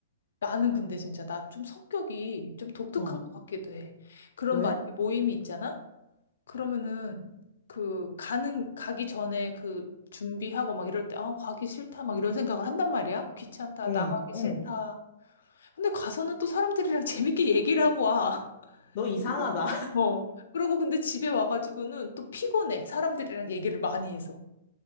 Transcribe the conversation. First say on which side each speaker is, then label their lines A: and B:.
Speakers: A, on the left; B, on the left.
A: 나는 근데 진짜 나 좀 성격이 좀 독특한
B: 어.
A: 것 같기도 해. 그런
B: 왜?
A: 만약에 모임이 있잖아? 그러면은 그 가는 가기 전에 그 준비하고 막 이럴 때 아, 가기 싫다 막 이런 생각을 한단 말이야. 귀찮다,
B: 응,
A: 나가기 싫다.
B: 응.
A: 근데 가서는 또 사람들이랑 <laughs> 재밌게 얘기를 하고 와.
B: 너 이상하다.
A: <laughs> 어. 그러고 근데 집에 와가지고는 또 피곤해. 사람들이랑 얘기를 많이 해서.